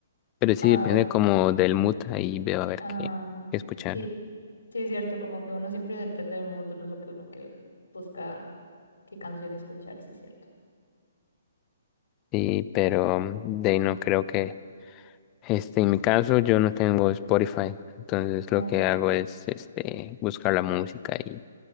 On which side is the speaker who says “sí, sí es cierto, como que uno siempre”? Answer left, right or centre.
Left